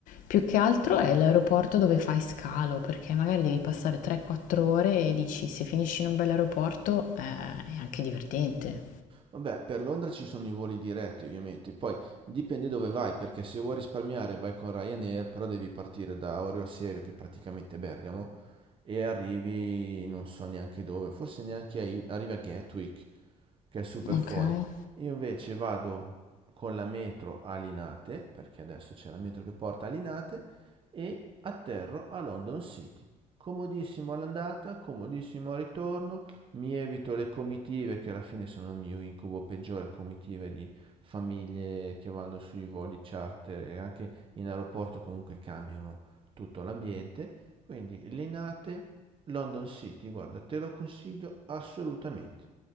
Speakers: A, on the left; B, on the right.
A: Più che altro è l'aeroporto dove fai scalo, perché magari devi passare 3-4 ore e dici se finisci in un bel aeroporto, eh, è anche divertente.
B: Vabbè, per Londra ci sono i voli diretti ovviamente, poi dipende dove vai, perché se vuoi risparmiare vai con Ryanair, però devi partire da Orio al Serio, che è praticamente Bergamo, e arrivi non so neanche dove, forse neanche a, arrivi a Gatwick, che è super
A: Okay.
B: fuori. Io invece vado con la metro a Linate, perché adesso c'è la metro che porta a Linate, e atterro a London City. Comodissimo all'andata, comodissimo al ritorno, mi evito le comitive che alla fine sono il mio incubo peggiore, comitive di famiglie che vanno sui voli charter e anche in aeroporto comunque cambiano tutto l'ambiente. Quindi Linate, London City, guarda, te lo consiglio assolutamente.